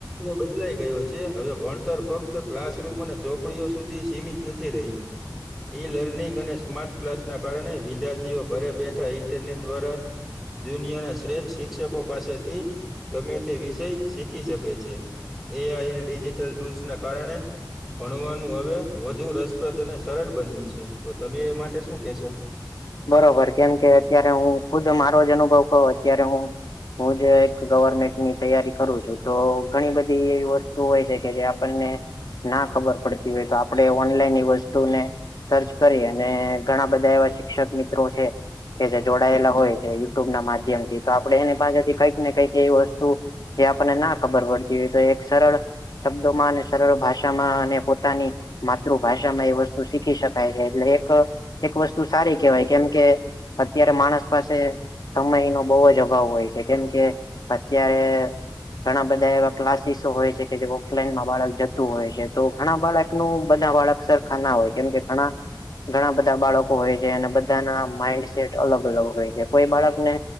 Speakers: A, in the centre; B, on the left.
A: બદલાઈ ગયો છે હવે ભણતર ફક્ત ક્લાસરૂમ અને ચોપડીઓ સુધી સીમિત નથી રહ્યું. ઈ લર્નિંગ અને સ્માર્ટ ક્લાસના કારણે વિધાર્થીઓ ઘરે બેઠા ઇન્ટરનેટ દ્વારા દુનિયાના શ્રેષ્ઠ શિક્ષકો પાસેથી ગમે તે વિષય શીખી શકે છે. એ. આઈ. અને ડિજિટલ ટૂલ્સના કારણે ભણવાનું હવે વધુ રસપ્રદ અને સરળ બન્યું છે તો તમે એ માટે શું કેહેશો
B: બરોબર કેમ કે અત્યારે હું ખુદ મારો જ અનુભવ કહું અત્યારે હું હું જ એક ગવર્મેન્ટની તૈયારી કરું છું તો ઘણી બધી એવી વસ્તુ હોય છે કે જે આપણને ના ખબર પડતી હોય તો આપડે ઓનલાઈન એ વસ્તુને સર્ચ કરી અને ઘણા બધા એવા શિક્ષક મિત્રો છે. કે જે જોડાયેલા હોય છે યુટ્યુબ ના માધ્યમ થી તો આપડે એની પાસેથી કઈક ને કંઈક એ વસ્તુ જે આપણને ના ખબર પડતી હોય એક સરળ શબ્દોમાં અને સરળ ભાષામાં અને પોતાની માતૃભાષામાં એ વસ્તુ શીખી શકાય છે એટલે એક એક વસ્તુ સારી કેવાય કેમ કે અત્યારે માણસ પાસે સમય નો બઉં જ અભાવ હોય છે કેમ કે અત્યારે ઘણા બધા એવા ક્લાસીસો હોય છે કે જે ઓફલાઈનમાં બાળક જતું હોય છે તો ઘણા બાળક તો બધા બાળક સરખા ના હોય કેમ ઘણા ઘણા બધા બાળક કો હોય છે અને બધા માઈન્ડસેટ અલગ અલગ હોય છે કોઈ બાળકને